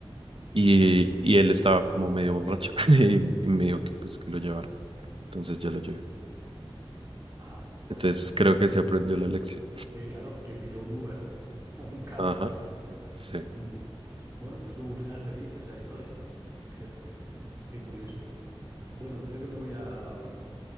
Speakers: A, on the right; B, on the right.
A: Y,
B: Sí, las de...
A: y él estaba como medio borracho <laughs> y, y me dijo que pues que lo llevara. Entonces yo lo llevé.
B: Ajá, pues
A: Entonces creo que se aprendió la lección.
B: sí, claro, te pidió un Uber, <laughs> un Cabify,
A: Ajá.
B: ¿no?
A: Sí.
B: Mm. Bueno, pues tuvo un final feliz esa historia. <laughs> Qué curioso. Bueno, creo que me voy a, mm,